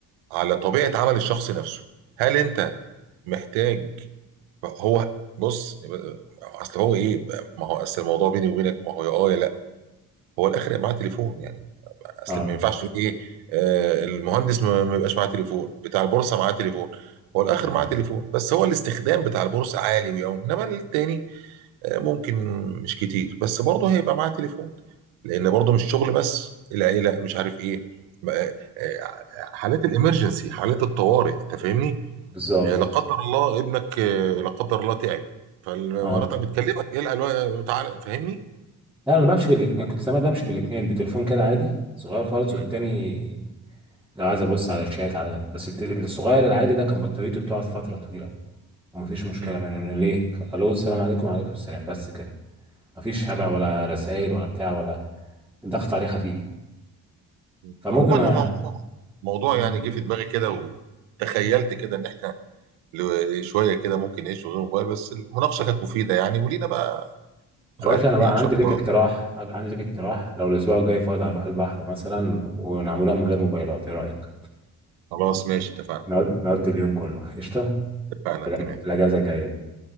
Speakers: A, on the right (about 80°); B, in the centre.
A: على طبيعه عمل الشخص نفسه هل انت محتاج هو بص يبقى- اصل هو ايه بقى- ما هو اصل الموضوع بيني وبينك ما هو يا اه يا لا هو الاخر يبقى معاه تليفون يعني اصل
B: اه
A: ما ينفعش تقول ايه آه المهندس ما ما يبقاش معاه تليفون بتاع البورصه معاه تليفون هو الاخر
B: مم.
A: معاه تليفون بس هو الاستخدام بتاع البورصه عالي ويوم انما التاني آه ممكن مش كتير بس برضه هيبقى معاه تليفون لان برضه مش شغل بس العيله مش عارف ايه ما- آه، آه، حالات الامرجنسي حالات الطوارئ انت فاهمني
B: بالظبط
A: يعني لا قدر الله ابنك آه، لا قدر الله تعب فمراتك
B: اه
A: بتكلمك ايه الالوان تعالى فاهمني؟
B: لا انا بمشي بالاتنين أنا كنت زمان بمشي بالاتنين بتليفون كده عادي صغير خالص
A: مم.
B: والتاني لو عايز ابص على الشات على ده بس الت- الصغير العادي ده كان بطاريته بتقعد فتره طويله ومفيش مشكله
A: مم.
B: منه لأن ليه الو السلام عليكم وعليكم السلام بس كده مفيش هبع
A: ايوه
B: ولا رسائل ولا بتاع ولا الضغط عليه خفيف
A: مم.
B: فممكن
A: عموما
B: أ...
A: هو موضوع موضوع
B: م.
A: يعني جه في دماغي كده وتخيلت كده ان احنا ل- شويه كده ممكن نعيش من غير موبايل بس المناقشه كانت مفيده يعني ولينا بقى لقاءات
B: يا باشا انا
A: تانيه
B: بقى أنا
A: ان شاء
B: عندي ليك
A: الله
B: اقتراح أبقى عندي ليك اقتراح لو الاسبوع الجاي فاضي هنروح البحر مثلا ونعملها من غير موبايلات ايه رايك
A: خلاص ماشي اتفقنا
B: نقض- نقضي اليوم كله قشطه
A: اتفقنا
B: في
A: تمام
B: الأج- في الاجازه الجايه دي